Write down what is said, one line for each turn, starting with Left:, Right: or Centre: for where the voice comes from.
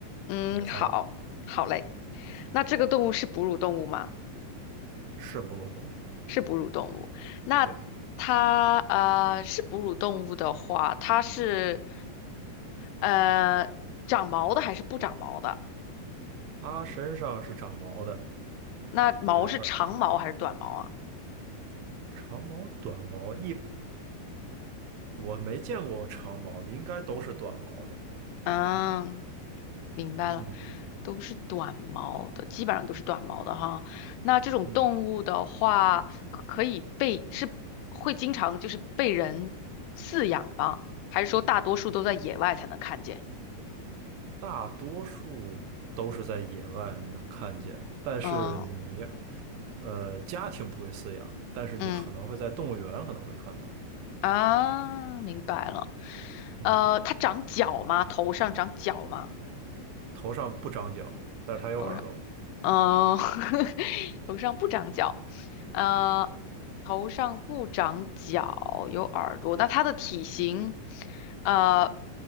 Left: 嗯，
Right: 你来猜吧，
Left: 好，好嘞。那这个动物是哺乳动物吗？
Right: 是哺乳动物
Left: 是哺乳动物。那它呃是哺乳动物的话，
Right: 对，
Left: 它是呃长毛的还是不长毛的？
Right: 他身上是长毛的。
Left: 那毛是长毛还是短毛啊？
Right: 对，而长毛、短毛一我没见过长毛的，应该都是短毛的。
Left: 嗯，明白了，
Right: 嗯
Left: 都是短毛的，基本上都是短毛的哈。那这种动物的话，
Right: 嗯，
Left: 可可以被是会经常就是被人饲养吗？还是说大多数都在野外才能看见？
Right: 大多数都是在野外能看见，但是你
Left: 哦
Right: 呃家庭不会饲养，但是你可能会在动物园可能会看到。
Left: 嗯。啊，明白了。
Right: 嗯，
Left: 呃，它长角吗？头上长角吗？
Right: 头上不长角，但是它有耳朵。
Left: 头上，嗯、<laughs> 头上不长角。呃，头上不长角，有耳朵。那它的体型，呃，